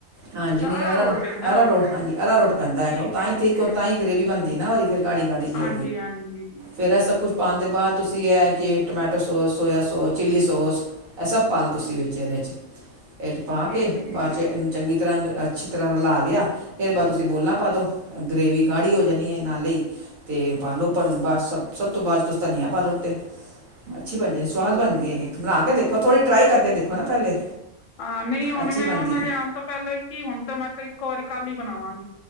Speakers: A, on the right; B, on the left.
A: ਹਾਂਜੀ
B: ਅੱਛਾ,
A: ਨਹੀਂ
B: ਅਰਾ‌
A: ਅਰਾ
B: ਰੋਟ ਪੈਂਦਾ
A: ਅਰਾ
B: ਉਹ।
A: ਰੋਡ ਹਾਂਜੀ, ਅਰਾ ਰੋਟ ਪੈਂਦਾ
B: ਠੀਕ
A: ਹੈਗਾ। ਉਹ ਤਾਂ
B: ਹੈ ਠੀਕ
A: ਥਿਕ ਤਾਂ ਹੀ ਗਰੇਵੀ ਬਣਦੀ ਏ ਨਾ ਫਰ ਗਾੜੀ- ਗਾੜੀ ਜੀ।
B: ਹਾਂਜੀ-ਹਾਂਜੀ।
A: ਇਹ ਸਭ ਕੁਛ ਪਾਉਣ ਦੇ ਬਾਅਦ ਤੁਸੀਂ ਇਹ ਹੈ ਕਿ tomato sauce, sauce, chilli sauce. ਇਹ ਸਭ ਪਾ ਲ ਤੁਸੀਂ ਵਿੱਚ ਇਹਦੇ 'ਚ' ਇਹ ' ਪਾ
B: ਠੀਕ
A: ਕੇ
B: ਹੈ
A: ਬਾਅਦ
B: ਜੀ ਠੀਕ
A: 'ਚ' ਚੰਗੀ ਤਰ੍ਹਾਂ, ਅੱਛੀ ਤਰ੍ਹਾਂ ਰਲਾ ਲਿਆ। ਇਹਦੇ ਬਾਅਦ ਤੁਸੀਂ ਬੋਲਣਾ ਪਾ ਦਿਉ, ਗਰੇਵੀ ਗਾੜੀ ਹੋ ਜਾਣੀ ਏ ਨਾਲੇ, ਤੇ ਪਾ ਲਓ।
B: ਠੀਕ
A: ਪੜ ਬਾ
B: ਹੈ
A: ਸਭ ਸਭ ਤੋਂ ਬਾਅਦ 'ਚ' ਤੁਸੀ ਧਨੀਆ ਆ ਪਾਦੋ ਉੱਤੇ। ਅੱਛੀ ਬਣ ਜਾਂਦੀ, ਸੁਆਦ
B: ਠੀਕ
A: ਬਣਦੀ
B: ਹੈ
A: ਏ ਕਿ ਬਣਾ ਕੇ ਦੇਖੋ ਥੋੜ੍ਹੀ ਟਰਾਈ ਕਰਕੇ ਨਾ ਪਹਿਲੇ।
B: ਹਾਂ ਨਹੀਂ। ਹੁਣ
A: ਅੱਛੀ
B: ਮੈਂ
A: ਬਣਦੀ
B: ਉਹਨਾਂ
A: ਹੈ
B: ਦੇ ਆਉਣ ਤੋਂ ਪਹਿਲੇ ਕੀ ਹੁਣ ਤੇ ਮੈਂ ਇੱਕੋ ਵਾਰੀ ਕੱਲ ਹੀ ਬਣਾਵਾਂਗੀ।